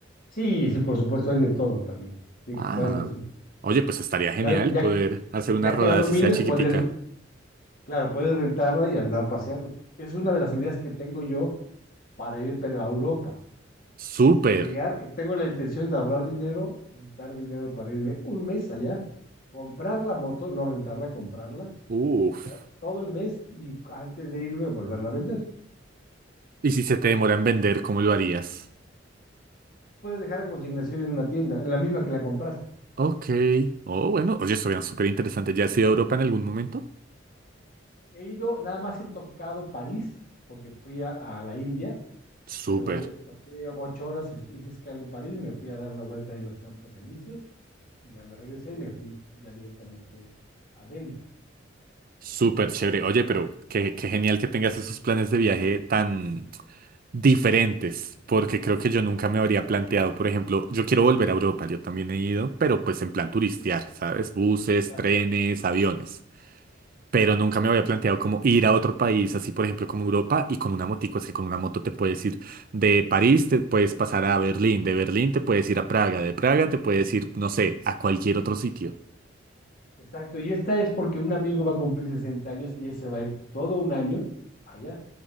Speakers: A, on the left; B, on the right.
A: Sí, sí, por supuesto, hay de todo también. Sí,
B: Ah,
A: claro que sí.
B: oye, pues estaría genial
A: Ya, ya,
B: poder hacer una
A: ya
B: rodada
A: que la domines,
B: si sea chiquitica.
A: puedes, claro, puedes rentarla y andar paseando. que Es una de las ideas que tengo yo para ir pero a Europa.
B: Súper,
A: es llegar, eh, tengo la intención de ahorrar dinero, juntar dinero para irme un mes allá, comprar la moto, no rentarla, comprarla,
B: uff,
A: estar todo el mes y antes de irme volverla a vender.
B: y si se te demora en vender, ¿cómo lo harías?
A: Puedes dejar la consignación en una tienda, en la misma que la compraste.
B: Ok. Oh, bueno. Oye, eso súper interesante. ¿Ya has ido a Europa en algún momento?
A: He ido, nada más he tocado París, porque fui a, a la India,
B: Súper,
A: pero eh, toqué ocho horas, est- hice escala en París, me fui a dar una vuelta ahí en los Campos Elíseos y ya me regresé y me fui ya directamente a Delhi.
B: súper chévere. Oye, pero qué, qué genial que tengas esos planes de viaje tan diferentes, porque creo que yo nunca me habría planteado, por ejemplo, yo quiero volver a Europa, yo también he ido, pero pues en plan turistear, ¿sabes? Buses,
A: Claro.
B: trenes, aviones. pero nunca me había planteado como ir a otro país, así por ejemplo como Europa y con una motico, es que con una moto te puedes ir de París, te puedes pasar a Berlín, de Berlín te puedes ir a Praga, de Praga te puedes ir, no sé, a cualquier otro sitio.
A: Exacto, y esta es porque un amigo va a cumplir 60 años y él se va a ir todo un año allá.